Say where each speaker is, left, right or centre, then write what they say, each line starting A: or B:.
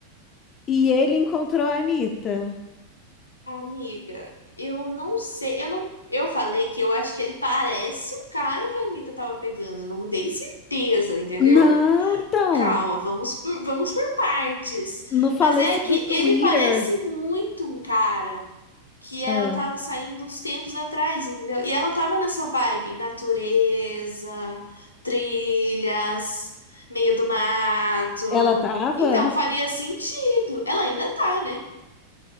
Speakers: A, on the left; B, on the left.
A: E ele encontrou a Anitta?
B: Amiga, eu não sei. Eu não... Eu falei que eu acho que ele parece o cara que a Anitta tava pegando. Eu não dei certeza, entendeu?
A: Não, então.
B: Calma, vamos por, vamos por partes.
A: No falecido
B: Mas é que
A: Twitter,
B: ele parece muito um cara. que
A: ah,
B: ela tava saindo uns tempos atrás, entendeu? E ela tava nessa vibe, natureza, trilhas, meio do mato.
A: ela tava?
B: Então faria sentido. Ela ainda tá, né?